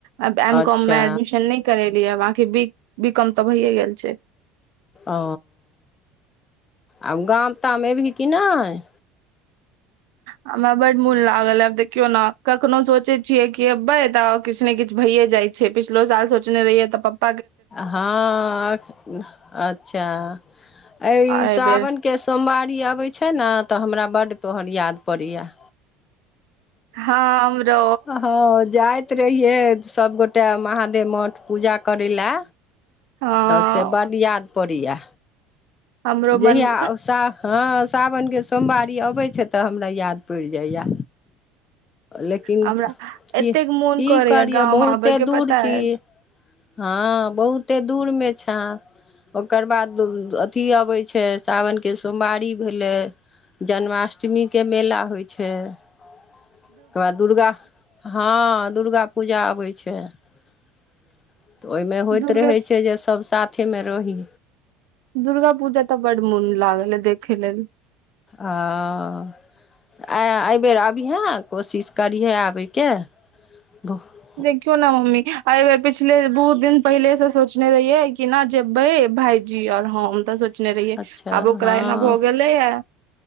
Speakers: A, on the right (about 80°); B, on the left (about 25°).
A: आ एम
B: अच्छा
A: कॉम मे एडमिशन ने करेली ह बकी बी कॉम त भइे गेल छे।
B: ओ आब गाम ताम ऐबही कि नई।
A: हमरा बड मोन लागल अइ आब देखियो नऽ कखनो सोचइ छिये कि एबे त किछ ने किछ भइयए जाइ छे। पिछिलो साल सोचने रहिऐ त पप्प
B: हा अच्छा अइ
A: आ एहि
B: सावन
A: बेर
B: के सोमवारी अबे छइ नऽ, तऽ हमरा बड्ड तोहर याद पड़ैया।
A: हँ हमरो
B: हा हँ जाई रहिये सभगोटे महादेव मठ पूजा करे लै।
A: हँ
B: त से बड्ड याद पड़ैऐ
A: हमरो
B: जहिय
A: मन
B: आ स हा साबन के सोमवारी अबेत छे त हमरा याद पइड़ जाइया। लेकिन
A: हमरा
B: की-
A: एतेक मोन
B: की
A: करैया
B: करिये
A: गाम
B: बहुते
A: आबे के
B: दूर
A: पता
B: छी।
A: अय
B: हा बहुते दूर मे छैए। ओकर बाद अथि अबेत छेइ, सावनके सोमवारी भेले जन्माष्टमी के मेला होइ छै। ओकर बाद दुर्गा हा दुर्गा पूजा आबे छय। त ओइ मे होइत
A: दुर्गे
B: रहेत छै, जे सभ साथे मे रही।
A: दुर्गा पूजा तऽ, बड मुन लागल ये देखे लेल।
B: अँ आ एइहबेर अबिहैं कोशिश करिहे आबयके बहु
A: देखियो नऽ, मम्मी एइहबेर पिछले बहुत दिन पहिले से सोचने रहिये कि नऽ, जेबे भायजी और हम तऽ, सोच सोचने रहियै
B: अच्छा
A: आब ओकरा
B: हँ
A: एना भ गेलेए